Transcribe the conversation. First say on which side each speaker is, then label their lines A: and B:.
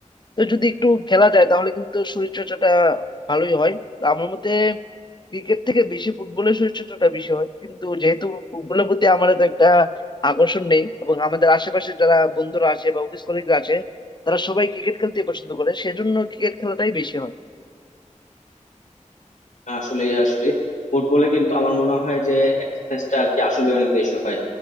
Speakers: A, on the left (about 35°); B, on the left (about 70°).
A: তো যদি একটু খেলা যায় তাহলে কিন্তু শরীর চর্চাটা ভালোই হয় তো আমার মতে ক্রিকেট থেকে বেশি ফুটবলের শরীর চর্চাটা বেশি হয় কিন্তু যেহেতু ফুটবলের প্রতি আমার তো একটা আকর্ষণ নেই এবং আমাদের আশেপাশে যারা বন্ধুরা আছে বা অফিস কলিগরা আছে তারা সবাই ক্রিকেট খেলতে পছন্দ করে সেজন্য ক্রিকেট খেলাটাই বেশি হয়
B: আসলে আসলে ফুটবলে কিন্তু আমার মনে হয় যে এক্সারসাইজটা আর কি আসলে অনেক বেশি হয়